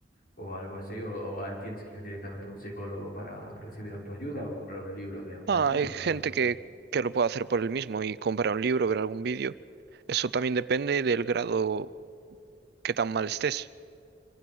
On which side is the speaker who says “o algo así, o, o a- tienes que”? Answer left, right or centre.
Left